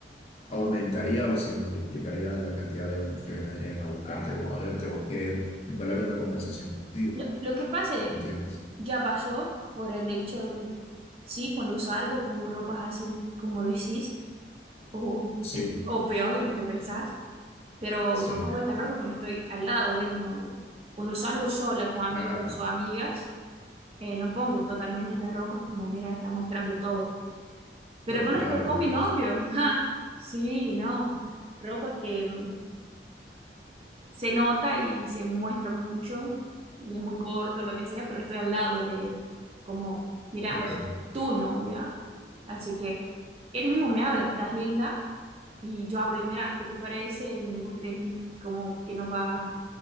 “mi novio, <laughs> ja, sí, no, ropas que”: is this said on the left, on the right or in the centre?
Right